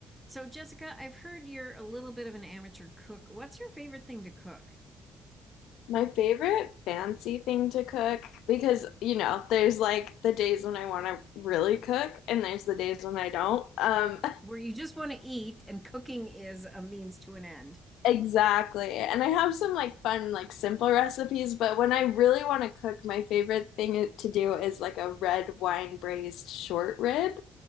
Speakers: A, in the centre; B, on the left.
A: So, Jessica, I've heard you're a little bit of an amateur cook. What's your favorite thing to cook?
B: My favorite fancy thing to cook, because you know, there's like the days when I want to really cook, and there's the days when I don't. Um,
A: Where you just want to eat and cooking is a means to an end.
B: <laughs> exactly. And I have some like fun, like simple recipes, but when I really want to cook, my favorite thing to do is like a red wine braised short rib